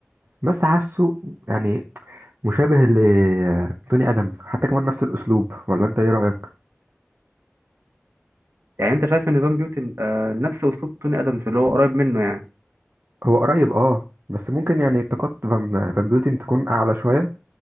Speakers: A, on the right; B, on the right.
A: بس حاسه يعني مشابه لتوني ادمز حتى كمان نفس الاسلوب ولا انت ايه رأيك
B: يعني انت شايف ان فان بيوتن آه نفس اسلوب توني ادمز اللي هو قريب منه يعني
A: هو قريب اه بس ممكن يعني طاقات فان فان بيوتن تكون اعلى شوية